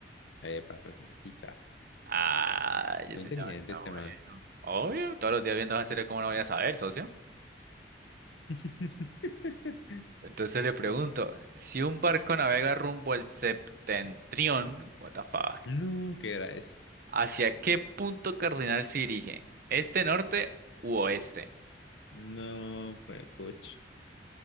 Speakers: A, on the left (about 80°); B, on the right (about 50°).
A: eh, pasó así, así está.
B: Ah, yo
A: Muy
B: sé
A: inteligente
B: demasiado
A: este
B: bueno.
A: man.
B: Obvio, todos los días viendo esa serie, ¿cómo no voy a saber, socio?
A: <laughs>
B: Entonces le pregunto, si un barco navega rumbo al septentrión, what the fuck,
A: No, ¿qué era eso?
B: ¿hacia qué punto cardinal se dirige? ¿Este, norte u oeste?
A: No, pues, puch.